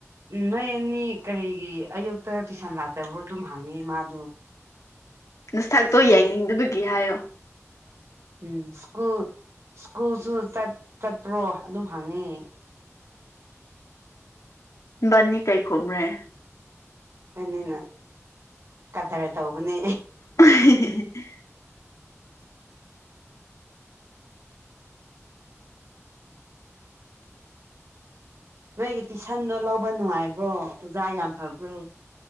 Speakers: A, on the right; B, on the left.
A: ꯎꯝ ꯅꯣꯏ ꯑꯅꯤ ꯀꯔꯤꯒꯤ ꯑꯌꯨꯛꯇ ꯇꯨꯏꯁꯟ ꯂꯥꯛꯇꯕ꯭ꯔꯣ ꯑꯗꯨꯝ ꯍꯪꯉꯤ ꯃꯥꯗꯣ
B: ꯅꯁꯊꯥꯛꯛꯇꯣ
A: ꯁ꯭ꯀꯨꯜ
B: ꯌꯥꯡꯅꯤꯡꯗꯕꯒꯤ ꯍꯥꯏꯌꯣ
A: ꯎꯝ ꯁ꯭ꯀꯨꯜ ꯁ꯭ꯀꯨꯜꯁꯨ ꯆꯠꯄ꯭ꯔꯣ ꯑꯗꯨꯝ ꯍꯪꯉꯤ
B: ꯎꯝ ꯅꯤ ꯀꯩ ꯈꯨꯕꯔꯦ
A: ꯑꯩꯈꯣꯏꯅꯤꯅ ꯀꯗꯔ ꯇꯧꯕꯅꯦ
B: <unintelligible>
A: ꯅꯣꯏꯒꯤ ꯇꯨꯏꯁꯟꯗꯣ ꯂꯧꯕ ꯅꯨꯡꯉꯥꯏꯕ꯭ꯔꯣ ꯑꯣꯖꯥ ꯌꯥꯝ ꯐꯕ꯭ꯔꯣ